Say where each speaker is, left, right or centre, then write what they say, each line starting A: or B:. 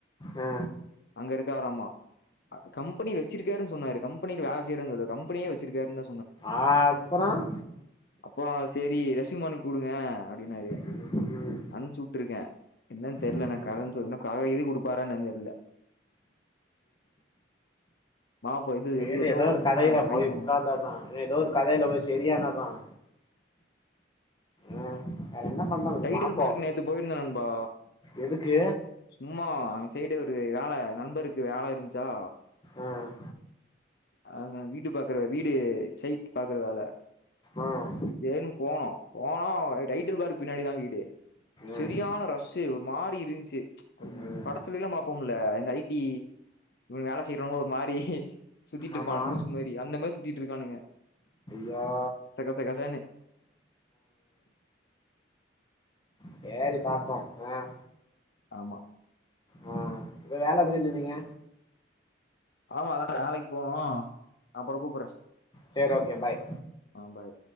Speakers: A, on the left; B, on the left.
A: ஆ
B: அங்க இருக்காராமா கம்பெனி வச்சிருக்காருன்னு சொன்னாரு கம்பெனில வேலை செய்யறன்னு சொல்லல கம்பெனியே வச்சிருக்காருனு
A: ஆ அப்றம்
B: அப்றோ செரி ரெசிம் அனுப்புடுங்க அப்டின்னாரு
A: ம்
B: அனுச்சுட்டுருக்கேன் என்னன்னு தெரில
A: ம்
B: நான் கதைன்னு சொ கத எது கொடுப்பாரானு தெரில மாப்போ இது
A: செரி
B: எது
A: ஏதோ
B: இருந்துச்சுன்னா
A: ஒரு கதைல
B: ட்ரை
A: போய்
B: பண்ணுவோம்
A: உக்கார்ந்தாதான் ஏதோ ஒரு கதைல போய் சரியானாதான் ம் வேற என்ன பண்றது
B: டைடில்
A: பாப்போ
B: பார்க்கு நேத்து போயிருந்தே நண்பா
A: எதுக்கு
B: சும்மா அங்க சைடு ஒரு வேலை நம்பருக்கு வேலை இருந்துச்சா
A: ம்
B: ஆ வீடு பாக்குறத வீடு சைட் பாக்றதால
A: ம்
B: செரினு போனோம் போனோ டைட்டில் பார்க்கு பின்னாடிதான் வீடு செரியான
A: ம்
B: ரஸ்ஸு ஒரு மாறிஇருந்துச்சு
A: ம்
B: படத்துலல்லாம் பாப்போம் ல இந்த ஐ டி வேலை செய்றவங்க ஒரு மாரி சுத்திட்டு இருப்பானு
A: ஆமா
B: லூசுமாரி அந்த மாரி சுத்திட்டு இருக்கானுங்க
A: யா
B: <unintelligible>
A: செரி பாப்போம் ஆ
B: ஆமா
A: ஆ இப்ப வேலை இருக்குனு சொன்னீங்க
B: ஆமா அதான் நாளைக்கு போவோம் அப்றம் கூப்றேன்
A: செரி ஓகே பாய்
B: ஆ பாய்